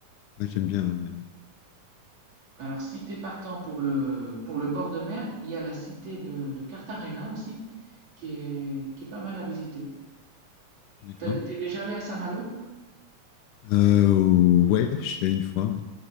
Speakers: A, on the left; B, on the right.
A: ouais, j'aime bien, ouais, mais ouais.
B: Alors, si t'es partant pour le, pour le bord de mer, il y a la cité de, de Cartagena aussi, qui est, qui est pas mal à visiter.
A: D'accord.
B: T'as- T'es déjà allé à Saint-Malo?
A: Euh, ouais, je suis allé une fois, ouais.